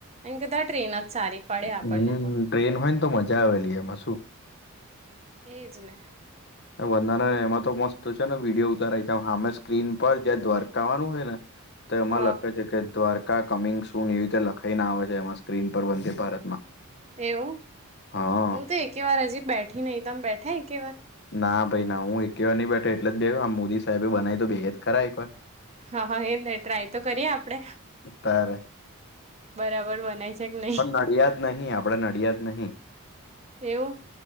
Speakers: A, on the right; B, on the left.
A: એન કતા ટ્રેન સારી પડે આપણને
B: હમ્મ,
A: તો
B: ટ્રેન હોય ને તો મજા આવે લી એમાં શું.
A: એજ ને.
B: બંધાના એમાં તો મસ્ત છે ને વિડીયો ઉતારાય હામે સ્ક્રીન પર જયા દ્વારકાવાનું હોય ને તો એમાં
A: હા
B: લખે છે કે દ્વારકા કમિંગ સુન એવી રીતે લખાઈને આવે છે એમાં સ્ક્રીન પર વંદે ભારતમાં
A: એવું,
B: હા
A: હું તો એકે વાર હજી બેઠી નહી, તમે બેઠા એક વાર?
B: ના ભાઈ ના હું એકેવાર નહી બેઠ. એટ જ બે આમ મોદી સાહેબે બનાવી તો બેહિએ જ એક વાર.
A: હા હા એ ન ટ્રાય તો કરીએ આપડે.
B: તારે
A: બરાબર બનાય છે કે નહી
B: પણ નડિયા જ નહી આપડે નડિયા જ નહી.
A: એવું